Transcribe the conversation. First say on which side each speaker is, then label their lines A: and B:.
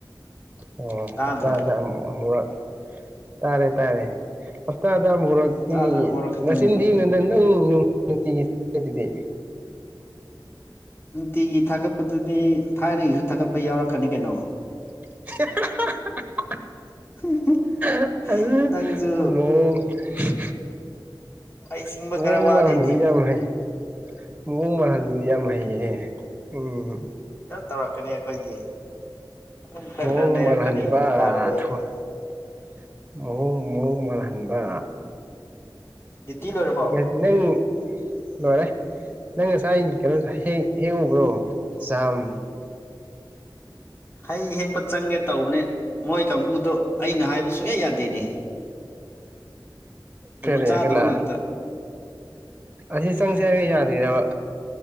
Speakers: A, on the right; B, on the left.
A: ꯑꯣ
B: ꯇꯥꯗ꯭ꯔꯣ
A: ꯍꯞꯇꯥꯗ ꯑꯃꯨꯛ ꯑꯃꯨꯨꯔꯛ ꯇꯥꯔꯦ ꯇꯥꯔꯦ ꯍꯞꯇꯥꯗ ꯑꯃꯨꯔꯛꯇꯤ
B: ꯍꯞꯇꯥꯗ ꯑꯃꯨꯔꯛ ꯈꯛꯇꯪꯅꯦꯕ
A: ꯅꯆꯤꯟ ꯊꯤꯅꯨꯗ ꯅꯪ ꯅꯨꯡꯇꯤꯒꯤ <unintelligible> ꯗꯤ
B: ꯅꯨꯡꯇꯤꯒꯤ ꯊꯥꯒꯠꯄꯗꯨꯗꯤ ꯊꯥꯏꯅꯒꯤꯖꯨ ꯊꯥꯒꯠꯄ ꯌꯥꯎꯔꯛꯀꯅꯤ ꯀꯩꯅꯣ
A: <unintelligible>
B: <unintelligible>
A: <unintelligible>
B: ꯅꯪꯁꯨ ꯑꯩ
A: <unintelligible>
B: ꯁꯤꯡꯕ ꯈꯔ ꯋꯥꯠꯂꯤꯅꯦ
A: ꯌꯥꯝ ꯍꯩ ꯃꯑꯣꯡ ꯃꯥꯟꯍꯟꯕ ꯌꯥꯝ ꯍꯩꯌꯦ <unintelligible>
B: ꯈꯔ ꯇꯧꯔꯛꯀꯅꯤ ꯑꯩꯈꯣꯏꯗꯤ ꯑꯗꯨꯝ ꯈꯔ
A: ꯃꯑꯣꯡ
B: ꯈꯔ ꯅꯩꯔꯛꯀꯅꯤ
A: ꯃꯥꯜꯍꯟꯕ
B: ꯌꯥꯔꯣꯏꯌꯦ
A: <unintelligible> ꯃꯑꯣꯡ ꯃꯑꯣꯡ ꯃꯥꯜꯍꯟꯕ
B: ꯗꯤꯇꯤ ꯂꯣꯏꯔꯕꯣ
A: ꯅꯪ ꯂꯣꯏꯔꯦ ꯅꯪ ꯉꯁꯥꯏ ꯀꯩꯅꯣ ꯍꯩ ꯍꯦꯛꯎꯕ꯭ꯔꯣ ꯖꯥꯝ
B: ꯍꯩ ꯍꯦꯛꯄ ꯆꯪꯒꯦ ꯇꯧꯕꯅꯦ ꯃꯣꯏ ꯀꯥꯡꯕꯨꯗꯣ ꯑꯩꯅ ꯍꯥꯏꯕ ꯁꯨꯡꯌꯥ ꯌꯥꯗꯦꯅꯦ ꯖꯨꯒꯣꯠ
A: ꯀꯔꯤ
B: ꯆꯥꯗꯕ
A: ꯀꯅꯥ
B: ꯉꯥꯛꯇ
A: ꯑꯁꯤ ꯆꯪꯁꯦ ꯍꯥꯏꯔꯒ ꯌꯥꯗ꯭ꯔꯤꯔꯕ